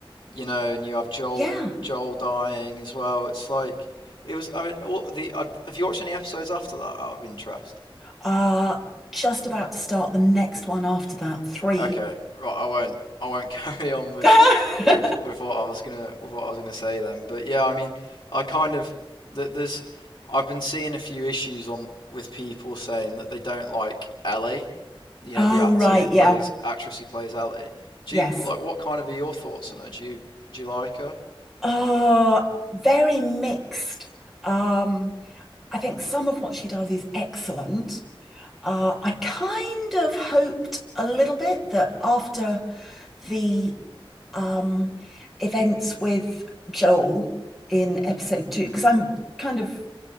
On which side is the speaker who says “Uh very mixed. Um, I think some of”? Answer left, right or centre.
Centre